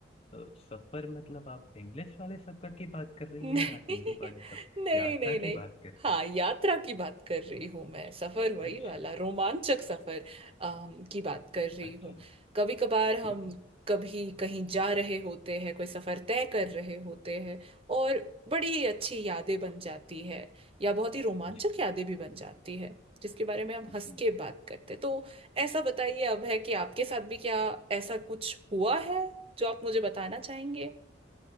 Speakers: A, on the left; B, on the right.
A: अ, सफर मतलब आप इंग्लिश वाले सफर की बात कर रही
B: नहीं
A: है या हिंदी वाले सफर
B: नहीं
A: यात्रा
B: नहीं नहीं
A: की बात कर रही
B: हाँ यात्रा की बात कर रही हूँ मैं सफर वही
A: है अच्छा
B: वाला रोमांचक सफर अम, की बात कर रही
A: अच्छा
B: हूँ कभी कभार
A: ठीक
B: हम
A: है
B: कभी कहीं जा रहे होते हैं कोई सफर तय कर रहे होते हैं और बड़ी अच्छी यादें बन जाती है या बहुत ही रोमांचक
A: जी
B: यादें भी बन जाती है जिसके बारे में हम
A: जी
B: हंस के बात करते तो ऐसा बताइए अब है कि आपके साथ भी क्या ऐसा कुछ हुआ है जो आप मुझे बताना चाहेंगे